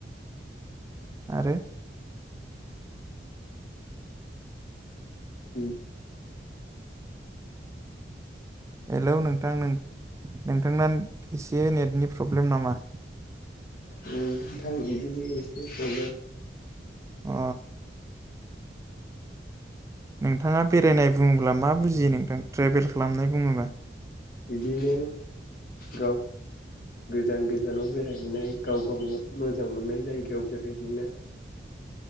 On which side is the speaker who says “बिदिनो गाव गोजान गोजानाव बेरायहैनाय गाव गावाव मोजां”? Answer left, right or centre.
Left